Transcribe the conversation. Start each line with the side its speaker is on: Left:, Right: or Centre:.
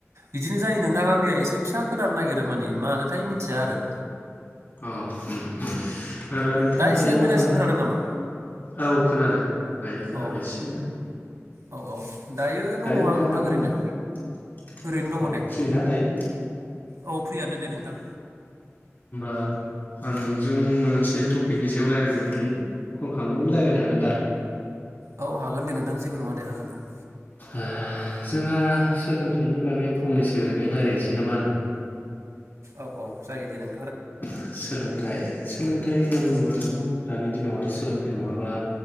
Right: बिदिनो जायो नोंथां आंनिया एसे फिसा खोनानो नागिरो माने मानोथाय मिथिया आरो
Left: अ उम ओ नोंथाङा
Right: दा एसे
Left: दायो
Right: मोजांसिन
Left: मा खालामदों
Right: खोनादों नामा?
Left: औ खोनादों दायो खोनाबाय
Right: औ औ
Left: एसे नो
Right: औ औ दङ
Left: दायो नोंथाङा
Right: आं नोंथां
Left: मा खालामदों
Right: ओरैनो ओरैनो दङ दे
Left: फ्रि ना दायो
Right: औ फ्रियानो दे नोंथां
Left: आ आं नोंजों मोनसे टपिकनि सायाव लायरायनानै कल खालामदोंमोन लायरायनो हागोन दा
Right: औ हागोन दे नोंथां जेबो नङा दे हागोन औ
Left: आह जोंहा सोलोंथाइनि बागै फंनैसो ओरैनो लायरायनोसै ना मा होनो
Right: औ औ जायो दे नों
Left: आह सोलोंथाइ सोलोंथ थाइ होनना बुङोबाथ' दानि दिनाव आरो सोलोंथाइ नङाबा